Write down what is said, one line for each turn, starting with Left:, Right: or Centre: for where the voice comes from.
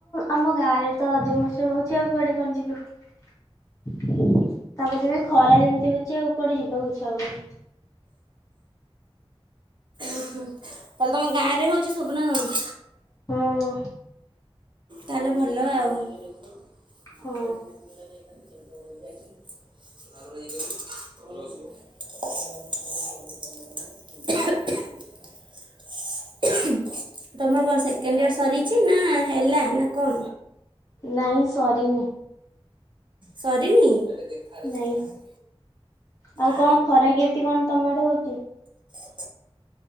Left: ଆମ ଗାଁରେ ତ ରଜ ମହୋତ୍ସବ ହଉଛି। ସିଏ କୁଆଡେ କଣ ଯିବ <inaudible> ତମେ ତବେ ଖରା ଯେମିତି ହଉଛି ଆଉ କୁଆଡେ ଯିବାକୁ ଇଚ୍ଛା ହଉନି। <inaudible>
Right: ଓ ହଁ ତାହେଲେ ତମ ଗାଁ ରେ ହଉଛି ସବୁ ନା କଣ?
Left: ହୁଁ।
Right: ତାହେଲେ ଭଲ ଆଉ <unintelligible>
Left: ହଁ
Right: <unintelligible> ତମର କଣ ସେକେଣ୍ଡ ଇୟର ସରିଛି ନା ହେଲା। ନା କଣ
Left: ନାଇଁ ସରି ନି।
Right: ସରିନି ଆଇ ଟିକେ ଦେଖା ଦେଖିବୁ
Left: ନାଇଁ। ଆଉ
Right: ଆ
Left: କଣ ଖରା କେମିତି କଣ ତମ ଆଡେ ହଉଛି?
Right: <unintelligible>